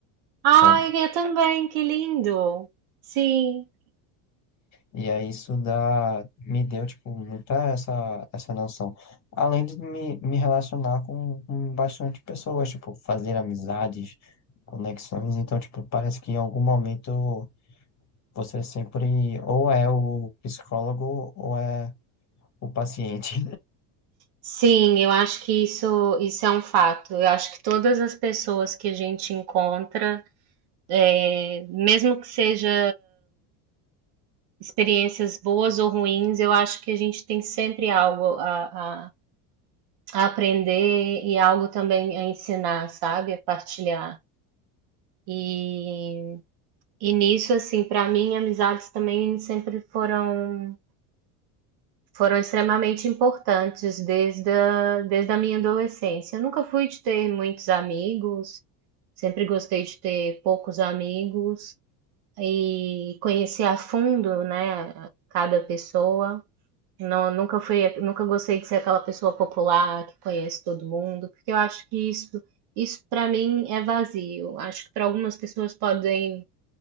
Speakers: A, on the right; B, on the left.
A: Ai,
B: sabe?
A: eu também, que lindo. Sim,
B: E aí isso dá, me deu, tipo, muita essa, essa noção. Além de me, me relacionar com, com bastante pessoas, tipo, fazer amizades, conexões. Então, tipo, parece que em algum momento você sempre ou é o psicólogo ou é o paciente.
A: sim, eu acho que isso, isso é um fato. Eu acho que todas as pessoas que a gente encontra, é, mesmo que seja experiências boas ou ruins, eu acho que a gente tem sempre algo a, a, a aprender e algo também a ensinar, sabe? A partilhar. E, e nisso, assim, para mim, amizades também sempre foram foram extremamente importantes desde a, desde a minha adolescência. Eu nunca fui de ter muitos amigos, sempre gostei de ter poucos amigos e conhecer a fundo, né, cada pessoa. Não, nunca fui, nunca gostei de ser aquela pessoa popular que conhece todo mundo, porque eu acho que isso, isso para mim é vazio. Acho que para algumas pessoas podem,